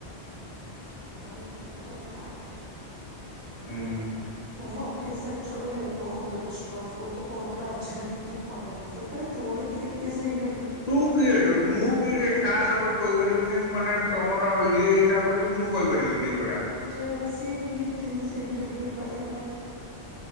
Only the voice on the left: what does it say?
ଫୋନ୍
ତୁ କିଏ ଏଥୁରୁ ମୁଁ ବି ଏ ସାହାସ କରି କହିପାରିବିନି ମାନେ ତମର ଇଏ ହିସାବରେ ବି ମୁଁ କହିପାରିବିନି ଏକଥା।